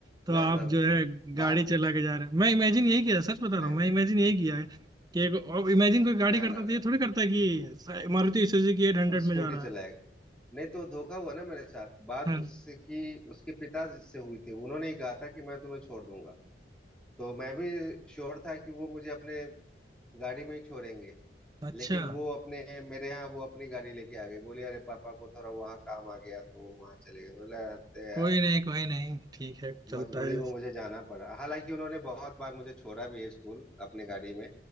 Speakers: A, on the right; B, in the centre.
A: तो आप
B: ना ना,
A: जो है गाड़ी
B: बात
A: चला
B: तो
A: के जा रहे हो मैं इमेजिन यही किया सच बता
B: नहीं
A: रहा हूँ
B: नहीं
A: मैं इमेजिन यही किया है कि एक और इमेजिन कोई गाड़ी
B: ना
A: करता
B: ना
A: तो
B: ना
A: ये थोड़ी करता है कि मारुति सुजुकी एट हंड्रेड
B: स्कूटी
A: में जा रहा
B: चलाएगा
A: है
B: नहीं तो धोखा हुआ ना मेरे साथ बात
A: हाँ,
B: उससे कि उसके पिता से हुई थी उन्होंने ही कहा था कि मैं तुम्हें छोड़ दूंगा तो मैं भी श्योर था कि वो मुझे अपने गाड़ी में ही छोड़ेंगे
A: अच्छा
B: लेकिन वो अपने मेरे यहाँ वो अपनी गाड़ी लेके आ गई बोली अरे पापा को थोड़ा वहाँ काम आ गया तो वो वहाँ चले गए बोला "हत्ते यार,
A: कोई नहीं कोई नहीं ठीक है चलता
B: मजबूरी
A: है
B: में मुझे जाना पड़ा हालांकि उन्होंने बहुत बार मुझे छोड़ा भी है स्कूल अपनी गाड़ी में